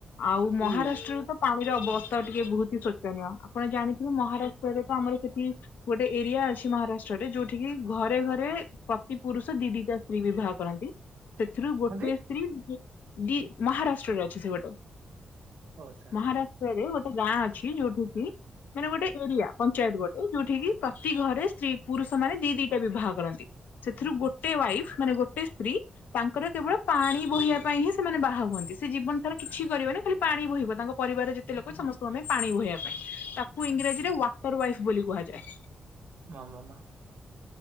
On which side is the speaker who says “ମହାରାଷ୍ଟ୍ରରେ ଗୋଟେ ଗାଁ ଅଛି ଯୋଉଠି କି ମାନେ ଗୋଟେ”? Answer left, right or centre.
Left